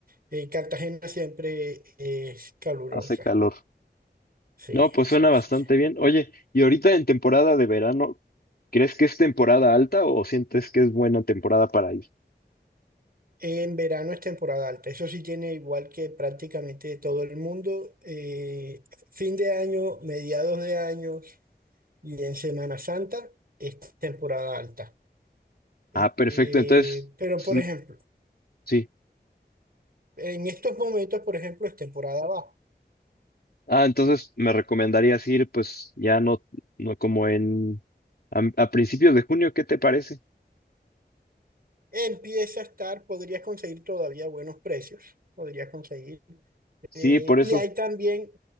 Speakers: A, on the right; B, on the left.
A: eh, Cartagena siempre es calurosa.
B: Hace calor.
A: Sí,
B: No, pues
A: sí,
B: suena bastante
A: sí, sí.
B: bien. Oye, y ahorita en temporada de verano, ¿crees que es temporada alta o sientes que es buena temporada para ir?
A: En verano es temporada alta, eso sí tiene igual que prácticamente todo el mundo. eh, fin de año, mediados de años y en Semana Santa es temporada alta. Eh,
B: Ah, perfecto.
A: eh,
B: Entonces,
A: pero por
B: mm,
A: ejemplo,
B: sí.
A: en estos momentos, por ejemplo, es temporada baja.
B: Ah, entonces me recomendarías ir, pues ya no, no como en a, a principios de junio, ¿qué te parece?
A: Empieza a estar, podrías conseguir todavía buenos precios, podrías conseguir.
B: Sí,
A: eh,
B: por eso.
A: y hay también,